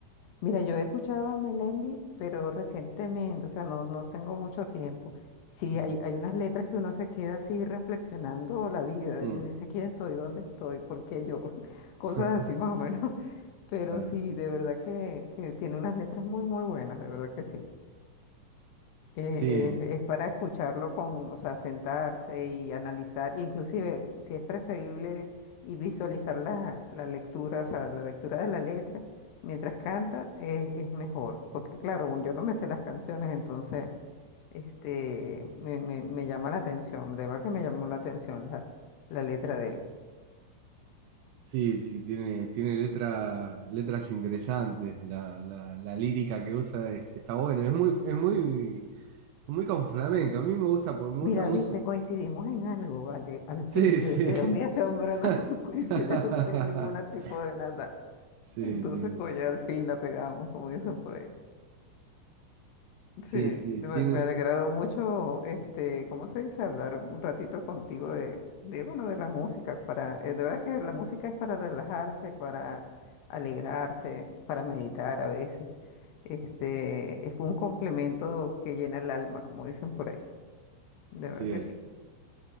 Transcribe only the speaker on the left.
Mira, yo he escuchado a Melendi, pero recientemente, o sea, no, no tengo mucho tiempo. Sí,
hay, hay unas letras que uno se queda así reflexionando la vida
y dice, ¿quién soy? ¿Dónde estoy? ¿Por qué yo? <laughs> Cosas
así más o menos. <laughs> Pero
sí, de verdad que, que tiene unas letras muy, muy buenas, de verdad que sí. Eh,
eh, es para escucharlo con, o sea, sentarse y analizar, e inclusive si es preferible y visualizar la, la lectura, o sea, la lectura de la letra mientras canta, eh, es mejor, porque claro, un- yo no me sé las canciones, entonces este, me, me- me llama la atención, de verdad que me llamó la atención la, la letra de él.
Mira,
viste, coincidimos en algo, ¿vale? Al
fin,
yo decía, Dios mío, este hombre no
<laughs> coincide en ningún tipo de nada.
Entonces,
coño, al fin la pegamos, como dicen por ahí.
Sí,
me,
me ha alegrado mucho, este, ¿cómo se dice? Hablar un ratito contigo de, de, bueno, de la música. Para, eh, de verdad que la música es para relajarse, para alegrarse, para meditar a veces. Este, es un complemento que llena el alma, como dicen por ahí. De
verdad que
sí,